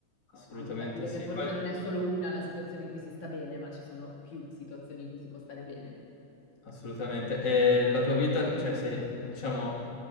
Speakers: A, on the left (about 40°); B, on the left (about 85°).
A: assolutamente
B: anche capire
A: sì.
B: che forse
A: Poi
B: non è solo una la situazione in cui si sta bene, ma ci sono più situazioni in cui si può stare bene.
A: Assolutamente. E la tua vita, cioè sei, diciamo,